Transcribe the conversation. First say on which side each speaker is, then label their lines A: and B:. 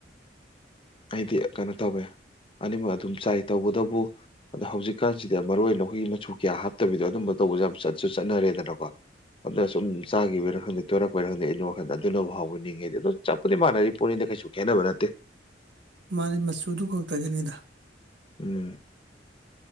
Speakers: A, on the left (about 30°); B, on the right (about 75°).
A: ꯑꯩꯗꯤ ꯀꯩꯅꯣ ꯇꯧꯋꯦ ꯑꯅꯤꯃꯛ ꯑꯗꯨꯝ ꯆꯥꯏ ꯇꯧꯕꯇꯕꯨ ꯑꯗꯣ ꯍꯧꯖꯤꯛ ꯀꯥꯟꯁꯤꯗꯤ ꯃꯔꯨ ꯑꯣꯏꯅ ꯑꯩꯈꯣꯏꯒꯤ ꯃꯆꯨ ꯀꯌꯥ ꯍꯥꯞꯇꯕꯤꯗꯣ ꯑꯗꯨꯝꯕ ꯇꯧꯕꯁꯦ ꯌꯥꯝ ꯆꯠꯁꯨ ꯆꯠꯅꯔꯦꯗꯅꯀꯣ ꯑꯗꯨꯅ ꯁꯨꯝ ꯆꯥꯒꯤꯕꯩꯔꯥ ꯈꯪꯗꯦ ꯇꯣꯏꯔꯛꯄꯩꯔ ꯈꯪꯗꯦ ꯑꯩꯗꯤ ꯋꯥꯈꯟꯗ ꯑꯗꯨꯅꯕꯨ ꯍꯥꯎꯕꯣꯏ ꯅꯤꯡꯉꯦꯗꯤ ꯑꯗꯨ ꯆꯞꯄꯨꯗꯤ ꯃꯥꯟꯅꯔꯤ ꯄꯣꯠꯅꯤꯗ ꯀꯩꯁꯨ ꯈꯦꯠꯅꯕ ꯅꯠꯇꯦ
B: ꯃꯥꯅꯤ ꯃꯆꯨꯗꯨ ꯈꯛꯇꯒꯤꯅꯤꯗ
A: ꯎꯝ